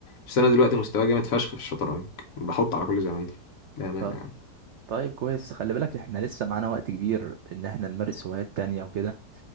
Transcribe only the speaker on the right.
طب
طيب كويس خلي بالك احنا لسه معانا وقت كبير ان احنا نمارس هوايات تانية وكده